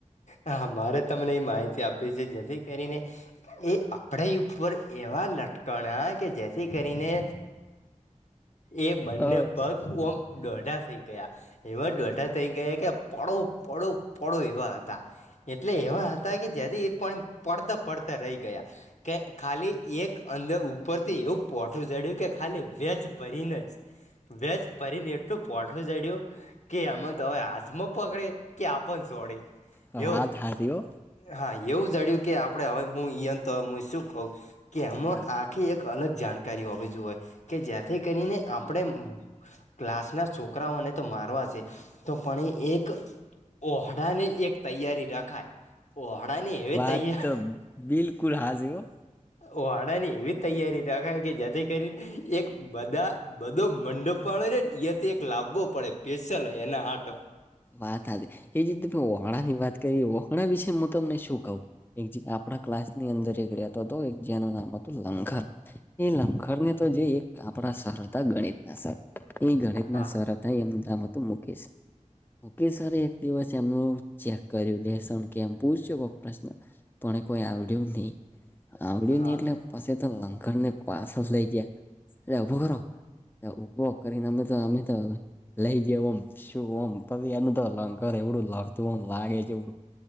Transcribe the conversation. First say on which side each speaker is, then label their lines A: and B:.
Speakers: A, on the left; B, on the left.
A: હા, મારે તમને એ માહિતી આપવી છે, જેથી કરીને એ આપડી ઉપર એવા લટકાણા કે જેથી કરીને એ
B: આપો
A: બંને
B: અચ્છા
A: પગ ઓમ દોઢા થઈ ગયા એવા દોઢા થઈ ગયા કે પડો પડો પડો એવા તા એટલે એવા હતા કે જેથી એ પણ પડતા પડતા રઈ ગયા કે ખાલી એક અલગ ઉપરથી એવું પોઠું જડ્યું કે ખાલી વેજ ભરીને જ વેજ ભરીને એટલું પોઠું ચડ્યું કે એમાં તો હવે હાથમાં પકડે કે આપણ છોડે
B: હ,
A: એવું
B: વાત હાચી હો.
A: હા, એવું જડ્યું કે આપડે હવે મુ ઇયોન તો મુ શું કઉ કે એમાં
B: હા
A: આ કે એક અલગ જાણકારી હોવી જોએ, કે જેથી કરીને આપણે ક્લાસના છોકરાઓને તો મારવા છે. તો પણ એ એક ઓહડાની એક તૈયારી રખાય. ઓહડાની એવી
B: વાત
A: તૈયાર
B: તો બિલકુલ હાઝી હો.
A: ઓહડાની એવી તૈયારી રખાય કે જેથી કરીને એક બધા બધો મંડો પાડો છે. ને તો એક લાવવો પડે પેશલ એના આટો
B: વાત એ જીતે તમે વહણાા ની વાત કરી વહણા વિશે હું તમને શું કહઉું. એક જ આપણા ક્લાસ ની અંદર એક રહેતો હતો એક જનું નામ હતું લંગર એ લમખર ને તો જે એક આપણા સર હતા ગણિત ના સર એ ગણિત
A: હા
B: ના સર હતા એમનું નામ હતું મુકેશ મુકેશ્વરે એક દિવસ એમનું ચેક કર્યું લસ કેમ પૂછ છે કોક પ્રશ્ન પણ કોઈ આવડ્યું નહીિ આવડ્યું
A: હા
B: નહી એટલે પાછ તો લંકર ને પાછળ લઈ ગયા અરે ઉભો કરો ઉભો કરીને અમે તો અમે તો લઈ જ શુંમ એનું તો અલંકર એવડું લડતું હો લાગે છે. એવડું